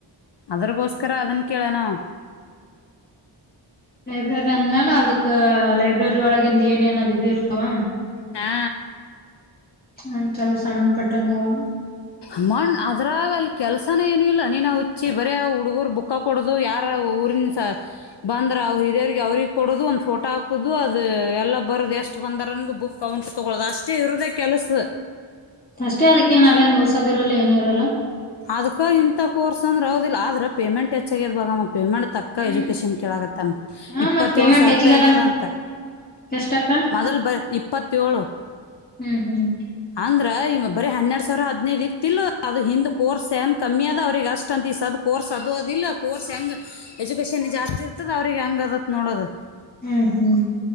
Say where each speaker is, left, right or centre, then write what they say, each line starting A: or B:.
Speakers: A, on the left (about 60°); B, on the left (about 20°).
A: ಅದ್ರಗೋಸ್ಕರ ಅದನ್ನ ಕೇಳೋಣ
B: ಲೈಬ್ರರಿ ಅಂದ್ಮ್ಯಾಲ ಅದಕ್ಕ ಲೈಬ್ರರಿ ಒಳಗಿಂದ ಏನ್ ಏನಾದ ಇದು ಇರ್ತಾವ
A: ಹಾ
B: ಹಂತದು ಸಂಬಂಧ ಪಟ್ಟಂಗ ಅವ
A: ಮ್ಮಣ್ ಅದ್ರಾಗ ಅಲ್ಲಿ ಕೆಲ್ಸಾನ ಏನಿಲ್ಲ ನೀನ ಹುಚ್ಚಿ ಬರ ಹುಡುಗರು ಬುಕ್ ಕೊಡೋದು ಯಾರ ಊರಿನ ಸ ಬಂದ್ರೆ ಅವ್ ಹಿರಿಯ್ರರಿಗೆ ಅವ್ರಿಗೆ ಕೊಡದು ಒಂದು ಫೋಟೋ ಹಾಕದು ಅದು ಎಲ್ಲ ಬರದು ಎಷ್ಟು <unintelligible> ಅಷ್ಟ ಬಂದರಂದು ಬುಕ್ ಕೌಂಟ್ ತಗೊಳ್ಳೋದು ಅಷ್ಟೇ ಇರೋದೇ ಕೆಲಸ
B: ಅಷ್ಟೇ ಅದಕ್ಕೇನ್ ಅಲ್ಲಿ ಏನ್ ಹೊಸದ ಇರಲ್ಲ ಏನ ಇರಲ್ಲ.
A: ಅದ್ ಇಂಥ ಕೋರ್ಸ್ ಅಂದೆ ಹೌದಿಲ್ಲ ಆದ್ರೆ ಪೇಮೆಂಟ್ ಹೆಚ್ಚಾಗಿದಮ್ಮ ಪೇಮೆಂಟ್ ತಕ್ ತಕ್ಕ
B: ಹ್ಮ್
A: ಎಜುಕೇಶನ್ ಕೇಳಳಗತ್ತನ್
B: ಹಾ
A: ಇಪ್ಪತ್ತೇಳು
B: ಮತ್ ಪೇಮೆಂಟ್
A: ಸಾವಿರ
B: ಹೆಚ್ಚಿಗದಂಗ
A: ರೂಪಾಯಿ ಆಗ್ಯದ ಅಂತ,
B: ಎಷ್ಟಕ್ಕ
A: ಮೊದಲ್ ಬರ ಇಪ್ಪತ್ತೋಳು,
B: ಹ್ಮ್ ಹ್ಮ್
A: ಅಂದ್ರ ಇವ ಬರಿ ಹನ್ನೆರಡ್ ಸಾವಿರ ಹದಿನೈದು ಇತಿಲ್ ಅದು ಹಿಂದ, ಕೋರ್ಸ್ ಹೆಂಗೆ ಕಮ್ಮಿ ಅದ ಅವ್ರಿಗೆ ಅಷ್ಟು ಅಂತ ಈ ಅದು ಕೋರ್ಸ್ ಅದು ಅದಿಲ್ಲ ಕೋರ್ಸ್ ಹೆಂಗೆ ಎಜುಕೇಷನ್ ಜಾಸ್ತಿ ಇತ್ತದ ಅವ್ರಿಗೆ ಹಂಗದತ್ ನೋಡದು
B: ಹ್ಮ್ ಹ್ಮ್